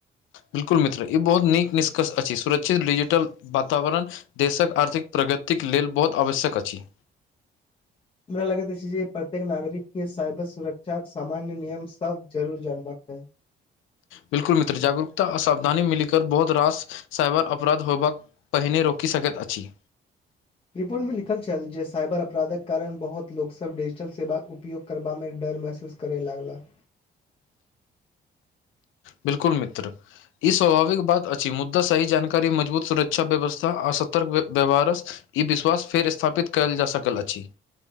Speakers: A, on the left (about 80°); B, on the left (about 25°).
A: बिल्कुल मित्र ई बहुत नीक निष्कर्ष अछि सुरक्षित डिजिटल वातावरण देशक आर्थिक प्रगतिक लेल बहुत आवश्यक अछि
B: हमरा लगैत अछि जे प्रत्येक नागरिक केँ साइबर सुरक्षाक सामान्य नियम सब जरूर जानबाक चाही
A: बिल्कुल मित्र जागरूकता असावधानी मिलकर बहुत रास साइबर अपराध होबाक पहिने रोकि सकैत अछि
B: रिपोर्टमे लिखल छल जे साईबर अपराधक कारण बहुत लोकसभ डिजिटल सेवाक उपयोग करबामे डर महसूस करै लागलक
A: बिल्कुल मित्र ई स्वभाविक बात अछि मुद्दा सही जानकारी मजबूत सुरक्षा व्यवस्था आ सतर्क व्यवहार ई विश्वास फेर स्थापित कयल जा सकल अछि